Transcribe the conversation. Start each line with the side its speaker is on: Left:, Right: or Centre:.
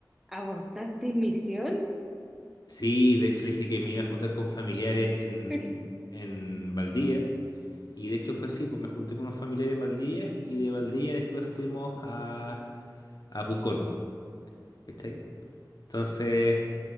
Centre: ¿abortaste misión?
Left: Sí, de hecho le dije que me iba a juntar con familiares en,
Centre: <laughs>
Left: en Valdivia y de hecho fue así, pues me junté con unos familiares en Valdivia y de Valdivia después fuimos a, a Pucón, ¿cachai? Entonces...